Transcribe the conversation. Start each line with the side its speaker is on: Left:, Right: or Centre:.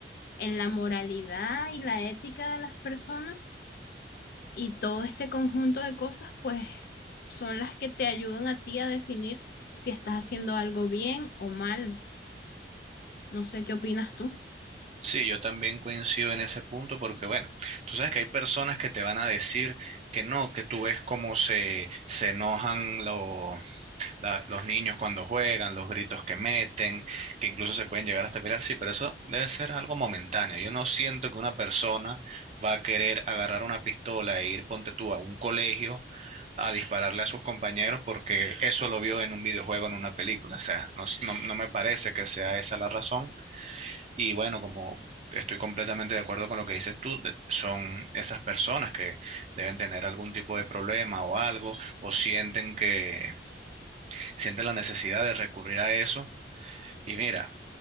Left: en la moralidad y la ética de las personas y todo este conjunto de cosas, pues son las que te ayudan a ti a definir si estás haciendo algo bien o mal. No sé qué opinas tú.
Right: Sí, yo también coincido en ese punto porque, bueno, tú sabes que hay personas que te van a decir que no, que tú ves cómo se, se enojan los la- los niños cuando juegan, los gritos que meten, que incluso se pueden llegar hasta pelear, sí, pero eso debe ser algo momentáneo. Yo no siento que una persona va a querer agarrar una pistola e ir, ponte tú, a un colegio a dispararle a sus compañeros porque eso lo vio en un videojuego, en una película. O sea, no, s- no, no me parece que sea esa la razón. Y bueno, como... Estoy completamente de acuerdo con lo que dices tú. de- Son esas personas que deben tener algún tipo de problema o algo, o sienten que, siente la necesidad de recurrir a eso. Y mira,